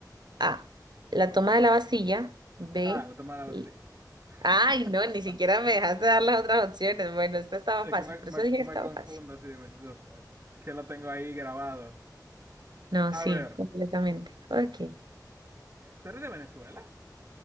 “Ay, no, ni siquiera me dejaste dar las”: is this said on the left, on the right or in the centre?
Right